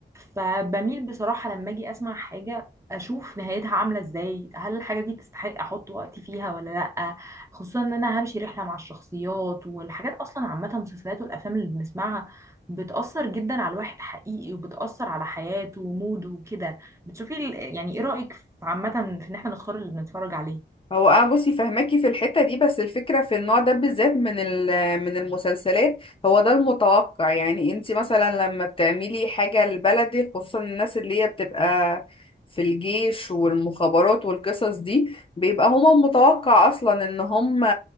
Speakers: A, on the right (about 15°); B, on the left (about 30°).
A: فبميل بصراحة لما اجي اسمع حاجة اشوف نهايتها عاملة ازاي هل الحاجة دي تستحق احط وقتي فيها ولا لا خصوصا ان انا همشي رحله مع الشخصيات والحاجات اصلا عامه المسلسلات والافلام اللي بنسمعها بتاثر جدا على الواحد حقيقي وبتاثر على حياته وموده وكده بتشوفي ال- يعني ايه رايك في- عامه في ان احنا نختار اللي بنتفرج عليه
B: هو انا بصي فهماكي في الحته دي بس الفكره في النوع ده بالذات من ال- من المسلسلات هو ده المتوقع يعني انت مثلا لما بتعملي حاجه لبلدك خصوصا الناس اللي هي بتبقى في الجيش والمخابرات والقصص دي بيبقى هما متوقع اصلا ان هما